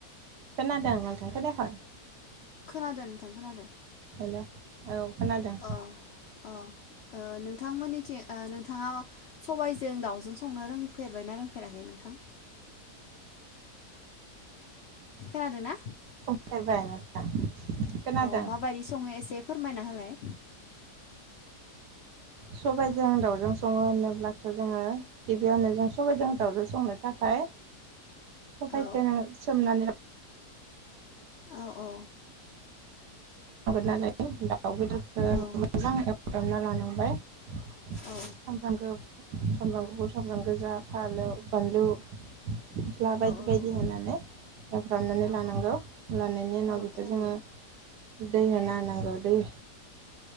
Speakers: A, on the right (about 75°); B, on the left (about 60°).
A: खोनादों नोंथां। खोनायाखै?
B: खोनादों नोंथां खोनादों।
A: हेल' औ खोनादों
B: औ औ नोंथांमोननिथिं ओ नोंथाङा सबायाइजों दावजों संनो रोंफेरबायना रोंफेराखै नोंथां? खोनादोंना?
A: संफेरबाय <unintelligible> खोनादों
B: औ माबायदि संङो एसे फोरमायना होलाय?
A: सबायजों दावजों संङो होनोब्लाथ' जोङो गिबियावनो जों सबायाइजों दाउजों संनो थाखाय सबाइखौ
B: औ
A: नों सोमनानै
B: औ औ
A: ला <unintelligible> दाउ बेदरफोर
B: औ
A: मोजां एवफ्रामना लानांबाय सामब्राम
B: औ
A: सामब्राम गुफुर सामब्राम गोजा फालौ, बानलु, मस्ला
B: औ
A: बायदि
B: औ
A: बायदि
B: नंगौ
A: होनानै एवफ्रामनानै
B: औ
A: लानांगौ। लानायनि उनाव
B: औ
A: बेखौ
B: थारैनो
A: जोङो दै होन ना नांगौ दैे